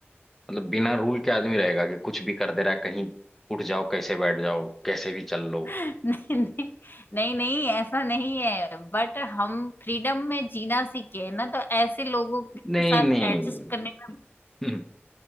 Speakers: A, in the centre; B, on the left (about 55°).
A: मतलब बिना रूल के आदमी रहेगा कि कुछ भी कर दे रहा है कहीं उठ जाओ कैसे बैठ जाओ कैसे भी चल लो
B: <laughs> नहीं नहीं नहीं नहीं ऐसा नहीं है बट हम फ्रीडम में जीना सीखे हैं ना तो ऐसे लोगों के
A: नहीं
B: साथ
A: नहीं
B: एडजस्ट करने में
A: हम्म,